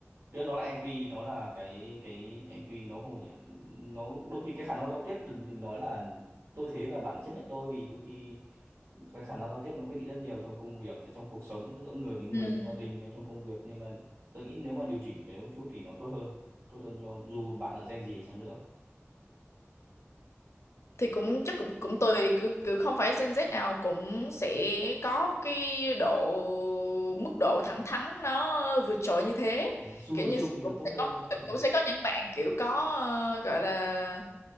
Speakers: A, on the right; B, on the left.
A: tức là nó là EQ nó là cái cái EQ nó không phải là- nó đôi khi cái khả năng giao tiếp đừng đừng nói là tôi thế và bạn chấp nhận tôi vì đôi khi cái khả năng giao tiếp nó quyết định rất nhiều trong công việc trong cuộc sống giữa người với người
B: ừ
A: trong gia đình hay trong công việc nên là tôi nghĩ nếu mà điều chỉnh cái một chút thì nó tốt hơn tốt hơn cho dù bạn là gen gì chăng nữa
B: thì cũng chắc cũng cũng tùy cứ cứ không phải Gen Z nào cũng sẽ có cái độ mức độ thẳng thắn nó vượt trội như thế
A: Đấy, xu
B: kiểu
A: hướng
B: như
A: chung
B: sẽ-
A: thì nó
B: cũng
A: tốt
B: sẽ
A: hơn
B: có
A: thôi Ừ,
B: cũng sẽ có những bạn kiểu có ờ, gọi là